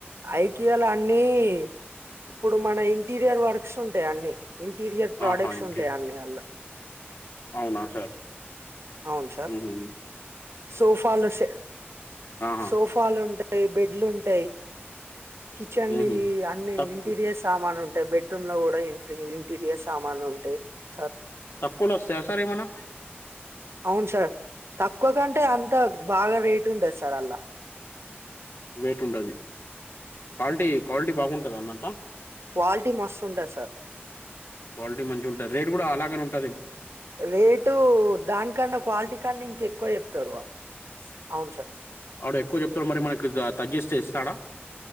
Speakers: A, on the right; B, on the left.
A: ఐకియాలో అన్నీ ఇప్పుడు మన ఇంటీరియర్ వర్క్స్ ఉంటాయి అన్నిీ ఇంటీరియర్ ప్రొడక్ట్స్
B: ఆహా ఇంకే
A: ఉంటాయి అన్నీ అళ్ళ
B: అవునా సార్
A: అవును సార్
B: మ్ హూ
A: సోఫాలు డ్
B: ఆహా
A: సోఫాలు ఉంటాయి బెడ్లు ఉంటాయి కిచెన్ వి
B: ఉహు
A: అన్ని
B: తక్కు
A: ఇంటీరియర్ సామాను ఉన్ అంటే బెడ్రూమ్ లో కూడా ఇ ఇంటీరియర్ సామాన్లు ఉంటాయి సార్
B: తక్కువలో వస్తాయా సార్ ఏమన్నా
A: అవును సార్ తక్కువ కంటే అంత బాగా రేట్ ఉంటది సార్ అల్లా
B: వెయిట్ ఉంటది క్వాలిటీ క్వాలిటీ బాగుంటదన్నట
A: క్వాలిటీ మస్తు ఉంటది సార్
B: క్వాలిటీ మంచిగ ఉంటంది రేట్ కూడా అలాగనే ఉంట
A: రేటు దానికన్నా క్వాలిటీ కన్నా ఇంకెక్కువ చెప్తాడు వాడు అవును సార్
B: వాడు ఎక్కువ చెప్తాడు మరి మనకి తగ్గిస్తే ఇస్తాడా